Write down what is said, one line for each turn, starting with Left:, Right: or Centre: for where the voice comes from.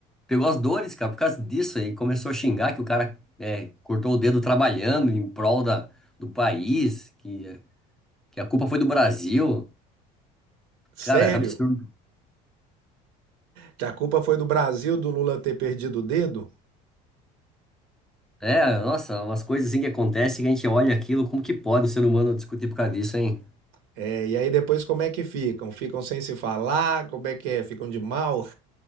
Centre: Pegou as dores, cara, por causa disso aí. Começou a xingar que o cara é, cortou o dedo trabalhando em prol da, do país, que, que a culpa foi do Brasil. Cara,
Right: Sério?
Centre: é absurdo.
Right: Que a culpa foi do Brasil do Lula ter perdido o dedo?
Centre: É, nossa, umas coisas assim que acontecem que a gente olha aquilo, como que pode o ser humano discutir por causa disso, hein?
Right: É, e aí depois como é que ficam? Ficam sem se falar? Como é que é? Ficam de mal?